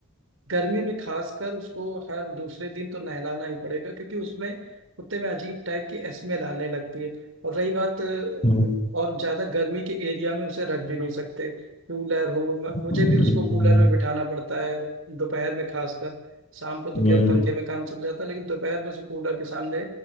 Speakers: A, on the right; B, on the left.
A: गर्मी में खासकर उसको हर दूसरे दिन तो नहलाना ही पड़ेगा क्योंकि उसमें कुत्ते में अजीब टाइप की स्मेल आने लगती है और रही बात अ,
B: हम्म
A: और ज्यादा गर्मी के एरिया में उसे रख भी नहीं सकते कूलर हो म-
B: हम्म
A: मुझे भी उसको कूलर में बिठाना पड़ता है दोपहर में खासकर शाम को तो
B: हम्म
A: केवल
B: हम्म
A: पंखे में काम चल जाता है लेकिन दोपहर में उसे कूलर के सामने